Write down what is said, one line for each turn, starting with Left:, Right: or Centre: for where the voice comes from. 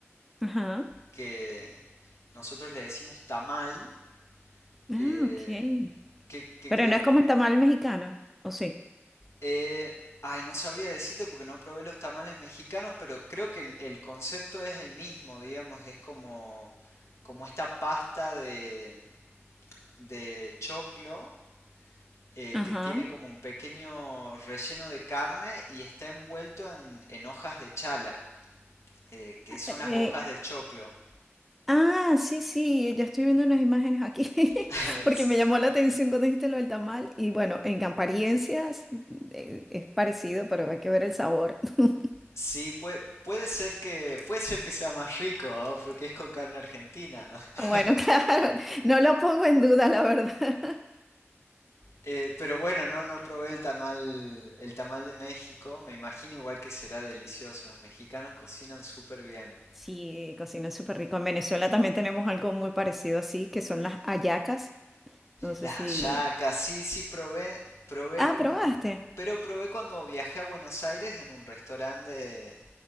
Centre: Ajá.
Left: que nosotros le decimos tamal,
Centre: Ah,
Left: eh,
Centre: ok.
Left: que, que
Centre: Pero
Left: creo...
Centre: no es como el tamal mexicano, ¿o sí?
Left: eh, ay, no sabría decirte porque no probé los tamales mexicanos, pero creo que el, el concepto es el mismo, digamos, es como, como esta pasta de, de choclo eh,
Centre: Ajá.
Left: que tiene como un pequeño relleno de carne y está envuelto en, en hojas de chala, eh, que son
Centre: Eh,
Left: las hojas del choclo.
Centre: Ah, sí, sí, ya estoy viendo unas imágenes aquí, <laughs>
Left: <laughs>
Centre: porque me llamó la atención cuando dijiste lo del tamal. Y bueno, en apariencias eh, es parecido, pero hay que ver el sabor. <laughs>
Left: sí, puede, puede, ser que, puede ser que sea más rico, ¿no? porque es con carne argentina. <laughs>
Centre: Ah, Bueno, <laughs> claro, no lo pongo en duda, la verdad.
Left: Eh, pero bueno, no, no probé el tamal, el tamal de México. Me imagino igual que será delicioso. Los mexicanos cocinan súper bien.
Centre: Sí, cocina súper rico. En Venezuela también tenemos algo muy parecido así, que son las hallacas. No sé
Left: Las
Centre: si...
Left: hallacas, sí, sí probé, probé
Centre: Ah,
Left: en un...
Centre: probaste.
Left: Pero probé cuando viajé a Buenos Aires en un restaurante